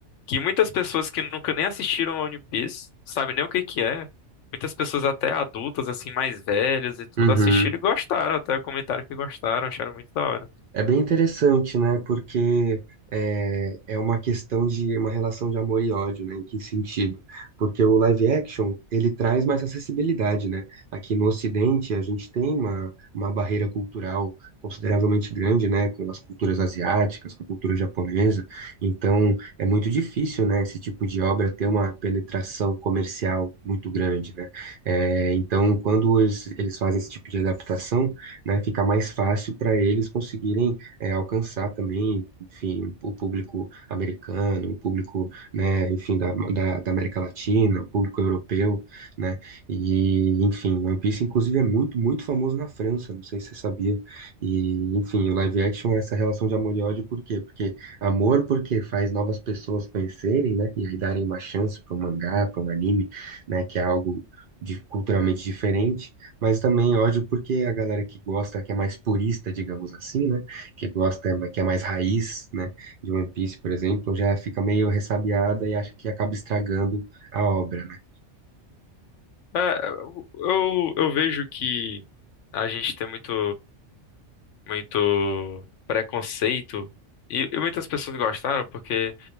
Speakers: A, on the left; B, on the right.
A: Que muitas pessoas que nunca nem assistiram a One Piece, sabem nem o que que é. Muitas pessoas até adultas, assim, mais velhas e tudo,
B: Uhum.
A: assistiram e gostaram, até comentaram que gostaram, acharam muito da hora.
B: É bem interessante, né? Porque é, é uma questão de uma relação de amor e ódio, né? Em que sentido? Porque o live action, ele traz mais acessibilidade, né? Aqui no Ocidente, a gente tem uma, uma barreira cultural consideravelmente grande, né? Com as culturas asiáticas, com a cultura japonesa. Então, é muito difícil, né? Esse tipo de obra ter uma penetração comercial muito grande, né? É, então, quando eles, eles fazem esse tipo de adaptação, né, fica mais fácil para eles conseguirem é, alcançar também, enfim, o público americano, o público, né, enfim, da, da, da América Latina, o público europeu, né, e, enfim, One Piece, inclusive, é muito, muito famoso na França, não sei se você sabia, e, enfim, o live action é essa relação de amor e ódio, por quê? Porque amor, porque faz novas pessoas conhecerem, né, e aí darem uma chance para um mangá, para um anime, né, que é algo de- culturalmente diferente, mas também ódio porque a galera que gosta, que é mais purista, digamos assim, né? Que gosta, que é mais raiz, né? De One Piece, por exemplo, já fica meio ressabiada e acha que acaba estragando a obra, né?
A: É, eu, eu eu vejo que a gente tem muito, muito preconceito, e, e muitas pessoas gostaram porque